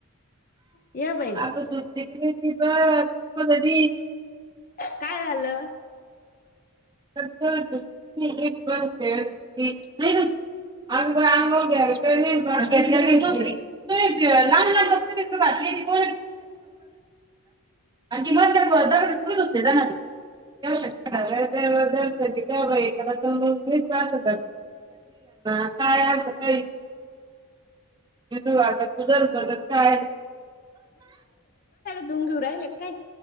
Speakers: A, on the left; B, on the right.
A: ये बाई
B: आग जुती कली ठवा. प कध
A: काय झालं
B: एक नाही. अंंग अंंग घेतलेली त तुम्ही लहान ातली अि प त्या दर पुडी होते जाणार शक्य झा. क त्या एखादा अस मघणार काय अस का? <unintelligible> तू वाट तुझर कर काय?
A: दोन घेव राहिले काय?